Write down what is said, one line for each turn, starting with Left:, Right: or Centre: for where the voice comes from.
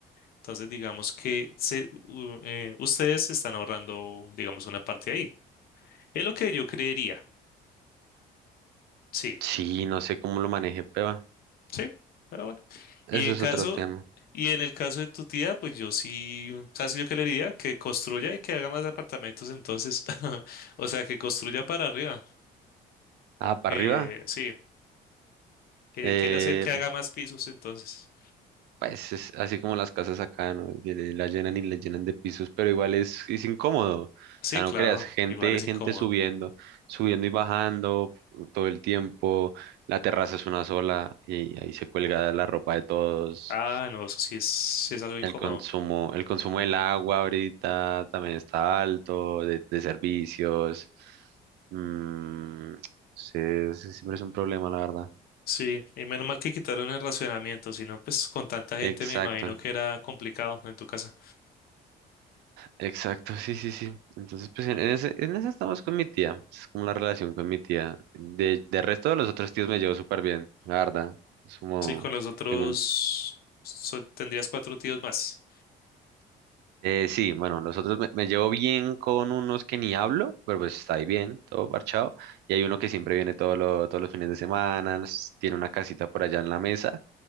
Left: entonces digamos que se, u- eh, ustedes se están ahorrando, digamos, una parte ahí. Es lo que yo creería. Sí,
Right: sí, no sé cómo lo maneje, pero
Left: sí, pero bueno.
Right: eso
Left: Y en
Right: es
Left: caso,
Right: otro tema.
Left: y en el caso de tu tía, pues yo sí, ¿sabes qué yo qué le diría? Que construya y que haga más apartamentos entonces. <laughs> O sea, que construya para arriba.
Right: Ah, para
Left: Que
Right: arriba,
Left: sí, que
Right: eh,
Left: quiere hacer que haga más pisos entonces.
Right: pues es así como las casas acá, ¿no? Que le- la llenan y la llenan de pisos, pero igual es, es incómodo. O
Left: Sí,
Right: sea, no
Left: claro,
Right: creas, gente,
Left: igual es
Right: gente
Left: incómodo.
Right: subiendo, subiendo y bajando todo el tiempo. La terraza es una sola y ahí se cuelga la ropa de todos.
Left: Ah, no, eso sí es, sí es algo incómodo.
Right: El consumo, el consumo del agua ahorita también está alto, de, de servicios. Mm, sí, sí, siempre es un problema, la verdad.
Left: Sí, y menos mal que quitaron el racionamiento, si no, pues con tanta gente
Right: Exacto,
Left: me imagino que era complicado en tu casa.
Right: exacto, sí, sí, sí. Entonces, pues en, en ese, en ese estamos con mi tía. Es como la relación con mi tía. De, de resto de los otros tíos me llevo súper bien, la verdad. Es como,
Left: Sí, con los otros
Right: tengo un
Left: so- tendrías cuatro tíos más.
Right: Eh, sí, bueno, los otros me, me llevo bien con unos que ni hablo, pero pues está ahí bien, todo parchado. Y hay uno que siempre viene todo lo- todos los fines de semana, nos- tiene una casita por allá en la mesa,